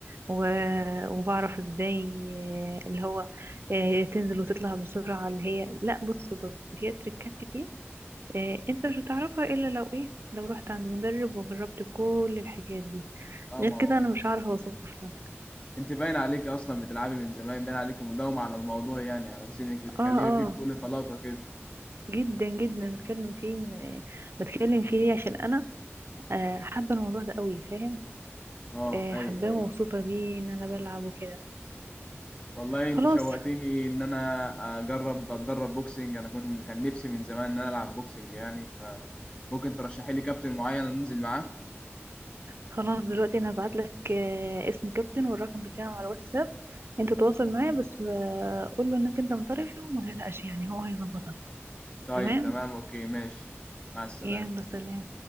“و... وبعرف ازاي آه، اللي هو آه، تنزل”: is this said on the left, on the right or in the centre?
Right